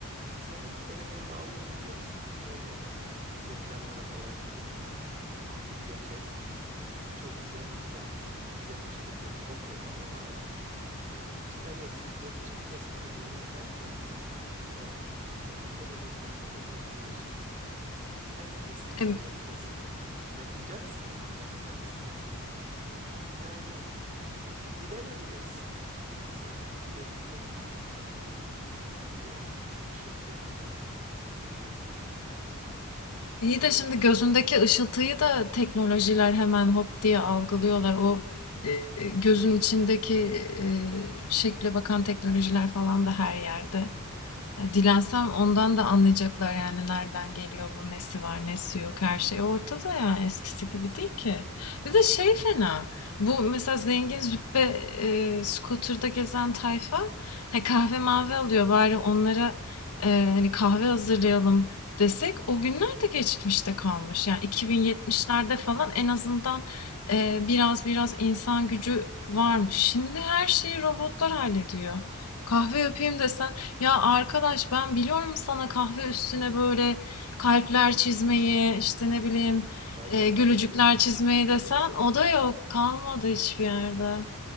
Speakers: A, on the right; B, on the left.
A: Sen telefonunu alayım diyorsun. Böyle reklamlara falan kanıp ha tamam video çek. Çok güzel kupon. Yapıştır geç. Okey ama hayır. Sen çıkarıyorsun videonu çekiyorsun ama bunlar zaten o zengin bebeleri tarafından yapılan şeyler yani. Sen kimsin
B: E,
A: de onu yapıyorsun ki? Yapacaksan, yapacaksan yani Dilenebilirsin açıkçası. Gözündeki, eee, bilmiyorum, ışıltıya bakarak belki sana üç beş para atarlar.
B: iyi de
A: Bu
B: şimdi gözündeki ışıltıyı da teknolojiler hemen hop diye algılıyorlar. O e, gözün içindeki e, şekle bakan teknolojiler falan da her yerde. E, Dilensem
A: tamam.
B: ondan da anlayacaklar yani nereden geliyor bu, nesi var, nesi yok, her şey ortada yani eskisi gibi değil ki. Bir de şey fena, bu mesela zengin züppe e, scooter'da gezen tayfa he, kahve mavi alıyor bari onlara e, hani kahve hazırlayalım desek o günler de geçmişte kalmış. Yani 2070'lerde
A: Yok.
B: falan en azından e, biraz biraz insan gücü varmış. Şimdi her şeyi robotlar hallediyor.
A: Maalesef,
B: Kahve yapayım
A: maalesef.
B: desen ya arkadaş ben biliyorum sana kahve üstüne böyle kalpler çizmeyi işte ne bileyim
A: Yok. Barista
B: e, gülücükler
A: bile bitti.
B: çizmeyi
A: O
B: desen
A: bile bitti.
B: o da yok kalmadı
A: Evet.
B: hiçbir yerde.